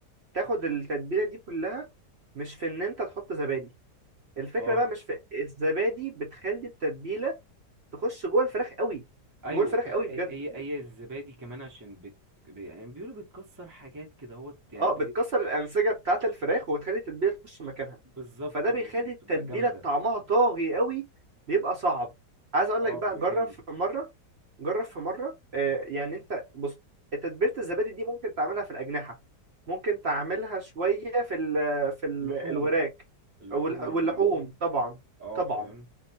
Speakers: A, on the right; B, on the right.
A: تاخد التتبيلة دي كلها مش في ان انت تحط زبادي الفكرة
B: اه
A: بقى مش في الزبادي بتخلي التتبيلة تخش جوه الفراخ قوي
B: ايوه
A: جوه الفراخ
B: وك...
A: قوي
B: هي
A: بجد
B: هي الزبادي كمان عشان بت... يعني بيقولوا بتكسر حاجات كده هو يعني
A: اه بتكسر الانسجه بتاعه الفراخ وتخلي التتبيله تخش مكانها
B: بالظبط
A: فده بيخلي
B: وتبقى
A: التتبيله
B: جامدة
A: طعمها طاغي قوي بيبقى صعب عايز اقول
B: اه
A: لك بقى
B: بيبقى
A: جرب
B: جامد
A: في مره جرب في مره آه يعني انت بص تتبيله الزبادي دي ممكن تعملها في الاجنحه ممكن تعملها شويه في ال في ال
B: في اللحوم
A: الوراك
B: اللحوم
A: واللح-
B: ال...
A: واللحوم طبعا
B: اه
A: طبعا
B: فاهم